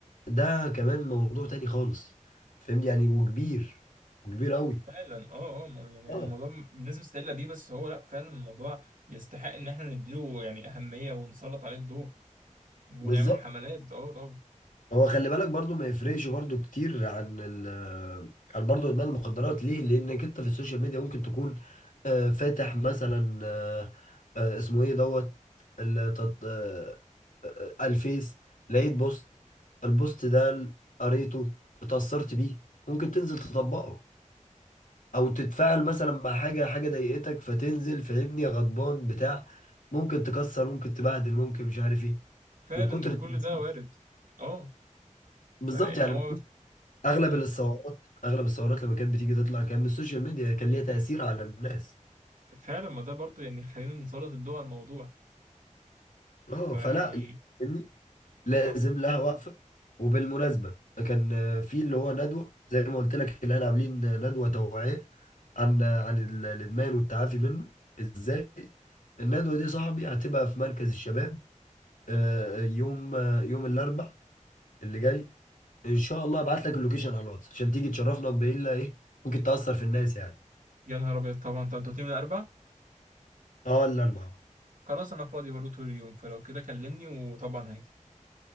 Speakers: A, on the left; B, on the right.
A: ده كمان موضوع تاني خالص فاهمني يعني وكبير وكبير قوي
B: فعلا اه اه ما- يعني
A: اه
B: الموضوع م- الناس مستقله بيه بس هو لا فعلا الموضوع يستحق ان احنا نديله يعني اهميه ونسلط عليه الضوء ونعمل
A: بالظبط
B: حملات اه طبعا
A: هو خلي بالك برضو ما يفرقش برضو كتير عن ال عن برضو ادمان المخدرات ليه لانك انت في السوشيال ميديا ممكن تكون آه، فاتح مثلا آه، آه، اسمه ايه دوت ال- تط- آه، آه، آه، الفيس لقيت بوست البوست ده قريته اتأثرت بيه ممكن تنزل تطبقه او تتفاعل مثلا مع حاجة حاجة ضايقتك فتنزل فاهمني غضبان بتاع ممكن تكسر ممكن تبهدل ممكن مش عارف ايه
B: فعلا
A: من كتر
B: ده
A: التأثير
B: كل ده وارد اه
A: بالظبط
B: فيعني
A: يعني
B: هو
A: اغلب
B: آه.
A: الثورات اغلب الثورات لما كانت بتيجي تطلع كان من السوشيال ميديا كان ليها تأثير على الناس
B: فعلا ما ده برضه يعني خلينا نسلط الضوء على الموضوع
A: اه
B: فيعني
A: فلا يعني لازم
B: اه
A: لها وقفة وبالمناسبة كان في اللي هو ندوة زي ما قلت لك اللي احنا عاملين ندوة توعية عن عن ال- الادمان والتعافي منه ازاي الندوة دي صاحبي هتبقى في مركز الشباب آه، يوم آه، يوم الاربع اللي جاي ان شاء الله ابعت لك اللوكيشن على الواتس عشان تيجي تشرفنا بايه ايه ممكن تأثر في الناس يعني
B: يا نهار ابيض طبعا طب انتوا من الاربع
A: اه الاربعة
B: خلاص انا فاضي برضه طول اليوم فلو كده كلمني وطبعا هاجي